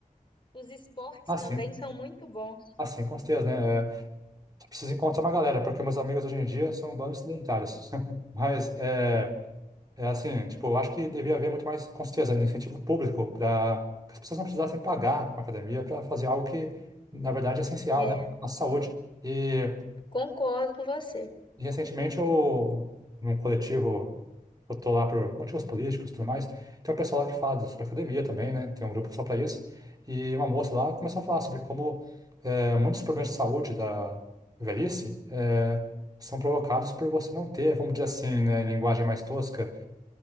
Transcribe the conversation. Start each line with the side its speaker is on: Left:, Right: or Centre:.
Left: Os esportes
Right: Assim,
Left: também são muito bons.
Right: assim, com certeza, né, eh, só precisa encontrar uma galera, porque meus amigos hoje em dia são um bando de sedentários, <laughs> mas é, É assim, tipo, eu acho que devia haver muito mais, com certeza, incentivo público para que as pessoas não precisassem pagar a academia para fazer algo que, na verdade, é essencial,
Left: É,
Right: né, para a nossa saúde. E,
Left: concordo com você.
Right: e recentemente eu, num coletivo, eu tô lá por motivos políticos e tudo mais, tem um pessoal lá que fala sobre academia também, né, tem um grupo só para isso, e uma moça lá começou a falar sobre como eh, muitos problemas de saúde da velhice eh, são provocados por você não ter, vamos dizer assim, né, linguagem mais tosca,